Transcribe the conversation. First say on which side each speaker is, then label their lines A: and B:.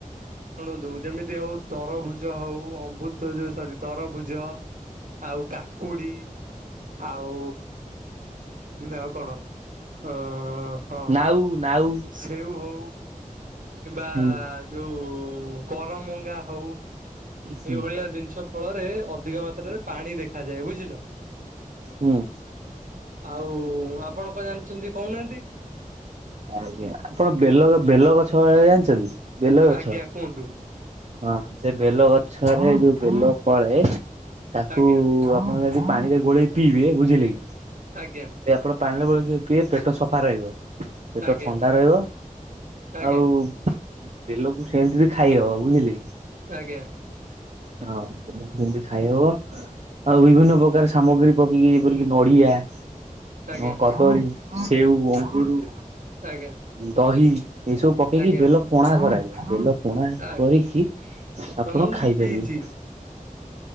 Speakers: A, on the right; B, on the right.
A: ଶୁଣନ୍ତୁ ଯେମିତି ହଉ ତରଭୁଜ ହଉ ଅମୃତ ଯୋଉ ସରି ତରଭୁଜ। ଆଉ କାକୁଡି। ଆଉ ଆଉ କଣ ଅ ହଁ
B: ନାଉ ନାଉ।
A: ସେଉ ହେଉ। କିମ୍ବା
B: ହୁଁ
A: ଯୋଉ କରମଙ୍ଗା ହଉ ଏଇଭଳିଆ
B: ହୁଁ
A: ଜିନିଷ। ଫଳରେ ଅଧିକ ମାତ୍ରାରେ ପାଣି ଦେଖାଯାଏ ବୁଝିଲ।
B: ହଁ।
A: ଆଉ ଆପଣ କଣ ଜାଣିଛନ୍ତି କହୁନାହାନ୍ତି।
B: ଆଜ୍ଞା ଆପଣ ବେଲ ବେଲ ଗଛ <inaudible> ଜାଣିଛନ୍ତି ବେଲ ଗଛ।
A: ଆଜ୍ଞା କୁହନ୍ତୁ
B: ହଁ ସେ ବେଲ ଗଛରେ ଯୋଉ ବେଲ ପଳେ ତାକୁ
A: ଆଜ୍ଞା
B: ଆପଣ ଯଦି ପାଣିରେ ଗୋଳେଇକି ପିଇବେ ବୁଝିଲେ କି
A: ଆଜ୍ଞା।
B: ଯଦି ଆପଣ ପାଣିିରେ ଗୋଲେଇକି ପିଇବେ ପେଟ ସଫା ରହିବ। ପେଟ
A: ଆଜ୍ଞା
B: ଥଣ୍ଡା ରହିବ
A: ଆଜ୍ଞା
B: ଆଉ ବେଲକୁ ସେମିତି ବି ଖାଇ ହବ ବୁଝିଲେକି।
A: ଆଜ୍ଞା।
B: ହଁ ବେଲକୁ ସେମିତି ଖାଇ ହବ। ଆଉ ବିଭିନ୍ନ ପ୍ରକାର ସାମଗ୍ରୀ ପକେଇକି ଯେପରିକି ନଡିଆ
A: ଆଜ୍ଞା ଆଜ୍ଞା
B: ହଁ କଦଳୀ ସେଉ ଅଙ୍ଗରୁ
A: ଆଜ୍ଞା।
B: ଦହି ଏସବୁ ପକେଇକି
A: ଆଜ୍ଞା
B: ବେଲ ପଣା କରାଯାଏ ବେଲ ପଣା
A: ଆଜ୍ଞା
B: କରିକି ଆପଣ
A: ମୁଁ
B: ଖାଇପାରିବେ।
A: ବି ପିଇଛି